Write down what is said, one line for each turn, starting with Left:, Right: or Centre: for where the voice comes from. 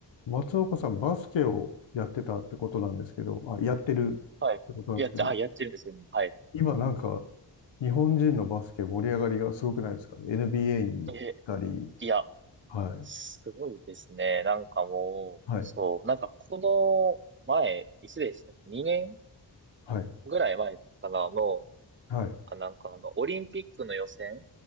Left: 松岡さん、バスケをやってたってことなんですけど、あ、やってるってことなんですけど、
Right: はい。やって、あ、やってるんですよ。はい。
Left: 今なんか、日本人のバスケ盛り上がりがすごくないですか ?NBA に行ったり、
Right: え、いや、
Left: はい、
Right: すごいですね。なんかもう、
Left: はい、
Right: そう、なんかこの前、いつでしたっけ ?2 年
Left: はい、
Right: ぐらい前かなの、
Left: はい、
Right: あ、なんかあの、オリンピックの予選